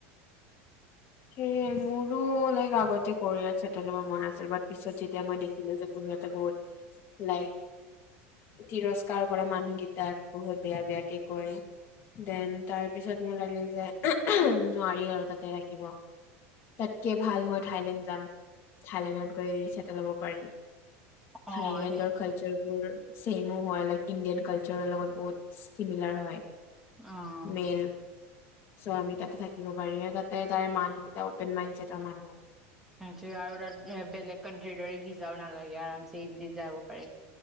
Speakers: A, on the left; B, in the centre.
A: সেয়ে মোৰো লাইক আগতে কয়ত চেটেল হ'ব মন আছিল ব পিছত যেতিয়া মই দেখিলো যে বঢ়িয়তে বহুত লাইক তিৰস্কাৰ সকাৰ কৰে মানুহকেইটাক বহুত বেয়া বেয়াকে কয় দেন তাৰপিছত মোৰ লাগিল যে নোৱাৰি আৰু তা তে ৰাখিব তাতকে ভাল মই থাইলেণ্ড যাম থাইলেণ্ডত গৈ চেটেল হ'ব পাৰি থাইলেণ্ডৰ
B: অ সেই
A: কালচাৰবোৰ চছেমো হয় লাইক ইণ্ডিয়ান কালচাৰৰ লগত বহুত চিমিলাৰ হয়
B: আহ
A: মেল চ' আমি তাতে থাকিব পাৰি আৰু তাতে তাৰে মান েন মাইডৰ মানুহ
B: আৰু ত বেলেগ কট্ৰ দৰে ভিজাও নালাগে আৰাম যাব পাৰি